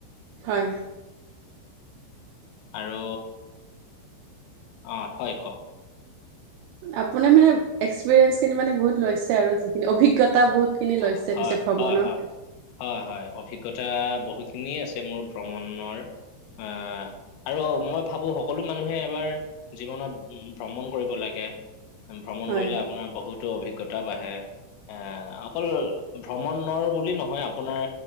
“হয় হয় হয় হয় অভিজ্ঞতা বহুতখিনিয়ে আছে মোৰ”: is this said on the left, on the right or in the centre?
Left